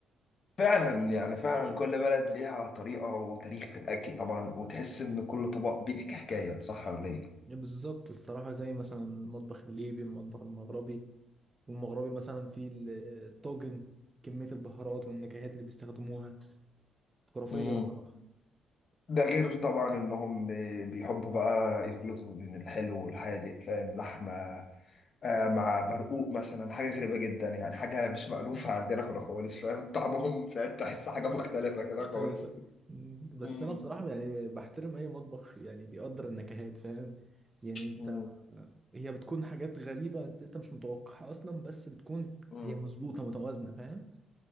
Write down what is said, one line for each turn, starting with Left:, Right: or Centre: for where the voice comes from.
Left: فعلا يعني فعلا كل بلد ليها طريقة وتاريخ في الأكل طبعا وتحس إن كل طبق بيحكي حكاية صح ولا إيه؟
Right: بالظبط الصراحة زي مثلا المطبخ الليبي المطبخ المغربي والمغربي مثلا فيه ال- آه، الطاجن كمية البهارات والنكهات اللي بيستخدموها خرافية
Left: مم.
Right: بصراحة
Left: ده غير طبعا إنهم بيحبوا بقى يخلطوا بين الحلو والحادق فاهم لحمة آه مع برقوق مثلا حاجة غريبة جدا يعني حاجة مش مألوفة عندنا احنا خالص فاهم طعمهم فاهم تحس حاجة مختلفة كده
Right: مختلفة
Left: خالص
Right: مم، بس
Left: مم.
Right: أنا بصراحة يعني بحترم أي مطبخ يعني بيقدر النكهات فاهم يعني أنت
Left: مم.
Right: هي بتكون حاجات غريبة أنت أنت مش متوقعها أصلا بس بتكون
Left: مم.
Right: هي مظبوطة متوازنة فاهم